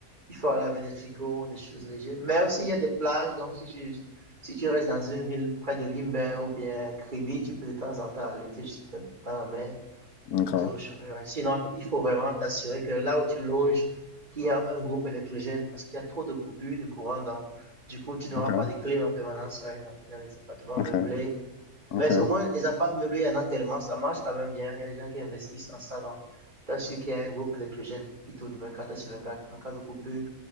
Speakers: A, on the right; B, on the left.
A: il faut aller avec des tricots, des choses légères. Mais aussi il y a des plages, donc si tu, si tu restes dans une ville près de Limbe ou bien Kribi, tu peux de temps en temps aller te jeter dans la mer
B: D'accord.
A: pour te réchauffer. Ouais. Sinon, il faut vraiment t'assurer que là où tu loges, qu'il y a un groupe électrogène parce qu'il y a trop de coupures de courant. Donc, du coup, tu n'auras
B: Ok.
A: pas de clim en permanence. ouais. Donc, il y a des appartements meublés.
B: Ok. Ok.
A: Mais au moins, les appartements meublés, il y en a tellement. Ça marche quand même bien. Il y a des gens qui investissent en ça. Donc, t'assures qu'il y a un groupe électrogène qui tourne 24 heures sur 24 en cas de coupure.